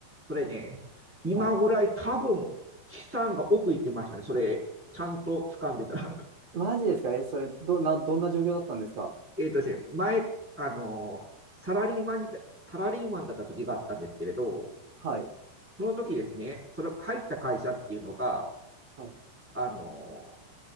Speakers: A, in the centre; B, on the right.
A: それね、今ぐらい多分、
B: はい。
A: 資産が奥行ってましたね、それ、ちゃんと掴んでたら。
B: マジですかえ、それ、ど、な、どんな状況だったんですか
A: <laughs> えっとですね、前、あのサラリーマンサラリーマンだった時があったんですけれど、
B: はい、
A: その時ですね、それ入った会社っていうのが、
B: はい、
A: あの